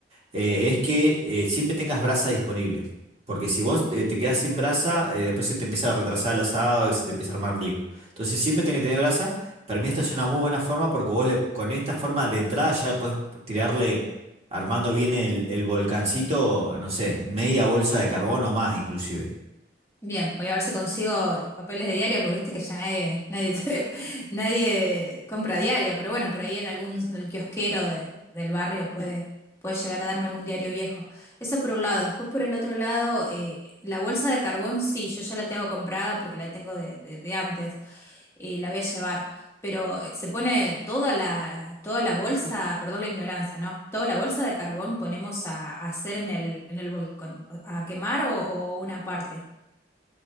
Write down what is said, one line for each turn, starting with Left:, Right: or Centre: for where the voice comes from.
Right: eh, es que eh, siempre tengas brasa disponible. Porque si vos eh, te quedás sin brasa, eh, después se te empieza a retrasar el asado y se te empieza a armar lío. Entonces siempre tenés que tener brasa. Para mí esta es una muy buena forma porque vos le- con esta forma de entrada ya puedes tirarle armando bien el, el volcancito, no sé, media bolsa de carbón o más inclusive.
Left: Bien, voy a ver si consigo papeles de diario, porque viste que ya nadie, nadie, te- <laughs> nadie compra diario, pero bueno, por ahí en algún el kiosquero de- del barrio puede, puede llegar a darme algún diario viejo. Eso por un lado. Después por el otro lado, eh, la bolsa de carbón sí, yo ya la tengo comprada porque la tengo de, de- de antes y la voy a llevar. Pero eh, se pone toda la, toda la bolsa, perdón la ignorancia, ¿no? Toda la bolsa de carbón ponemos a, a hacer en el, en el volcán, a quemar o o una parte.